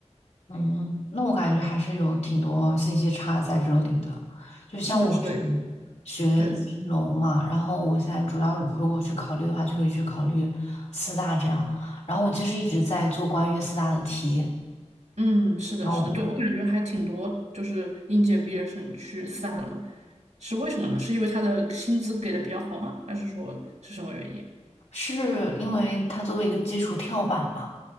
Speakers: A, on the left (about 70°); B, on the right (about 80°).
A: 嗯，那我感觉还是有挺多信息差在这里的。就像我是
B: 是的，是的，
A: 学金融嘛，
B: 对，
A: 然后我现在主要如果去考虑的话，就会去考虑四大这样。然后我其实一直在做关于四大的题，
B: 嗯，是的，
A: 然后
B: 是的，对，我感觉还挺多，就是应届毕业生去四大的嘛，是为什么呢？是因为他的薪资给的比较好吗？还是说是什么原因？
A: 是因为它作为一个基础跳板嘛。